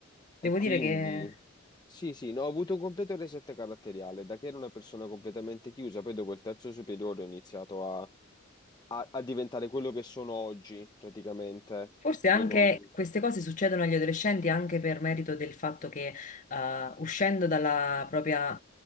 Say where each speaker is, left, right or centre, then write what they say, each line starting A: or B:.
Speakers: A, on the left (about 35°); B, on the left (about 20°).
A: Devo
B: e quindi,
A: dire che
B: sì, sì, no, ho avuto un completo reset caratteriale, da che ero una persona completamente chiusa, poi dopo il terzo superiore ho iniziato a, a- a diventare quello che sono oggi, praticamente,
A: Forse anche
B: e non...
A: queste cose succedono agli adolescenti anche per merito del fatto che eh, uscendo dalla propria,